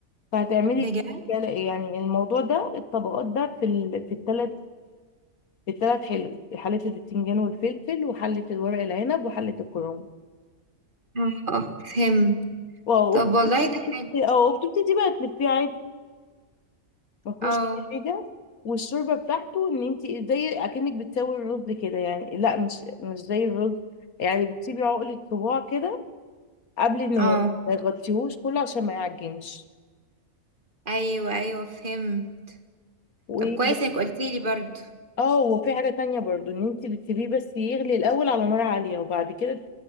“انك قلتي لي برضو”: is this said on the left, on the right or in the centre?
Right